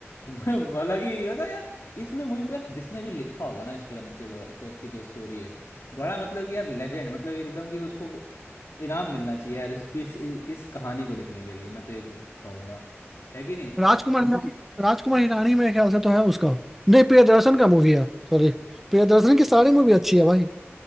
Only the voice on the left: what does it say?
<laughs> हालांकि ये होता है यार इसमें मूवी का जिसने भी लिखा होगा ना इस फिल्म के को, की जो स्टोरी है बड़ा मतलब कि यार लेजेंड मतलब एकदम कि उसको इनाम मिलना चाहिए यार इसकी इस, इस कहानी को लिखने के लिए मैं तो ये कहूंगा है कि नहीं